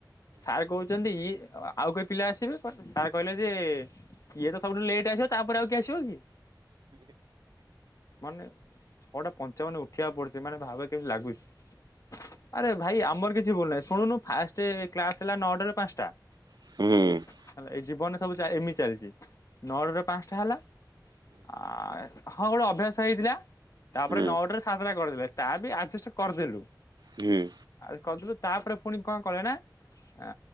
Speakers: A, on the left; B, on the right.
A: ସାର୍ କହୁ ଛନ୍ତି ଇଏ ଆଉ କେ ପିଲା ଆସିବେ ସାର୍ କହିଲେ ଯେ ଇଏ ତ ସବୁଠୁ ଲେଟ ଆସିବ ତାପରେ ଆଉ କିଏ ଆସିବ କି? ମାନେ ଛଅଟା ପଞ୍ଚାବନ ଉଠିବାକୁ ପଡ଼ୁଛି ମାନେ ଭାବେ କେମିତି ଲାଗୁଛି? ଆରେ ଭାଇ ଆମର କିଛି ଭୁଲ ନାହିଁ ଶୁଣୁନୁ ଫାଷ୍ଟ କ୍ଲାସ ହେଲା ନଅଟା ରୁ ପାଞ୍ଚଟା।
B: ହୁଁ।
A: ହେଲା ଏଇ ଜୀବନ ସବୁ ଏମିତି ଚାଲିଛି ନଅଟାରୁ ପାଞ୍ଚଟା ହେଲା ଆ ହଁ ଗୋଟେ ଅଭ୍ୟାସ ହେଇଥିଲା ତାପରେ
B: ଇସି
A: ନଅଟାରୁ ସାତଟା କରିଦେଲେ ତା ବି ଆଜେଷ୍ଟ କରିଦେଲୁ।
B: ହୁଁ।
A: ଆଉ କରିଦେଲୁ ତାପରେ ପୁଣି କଣ କଲେ ନା। ଆ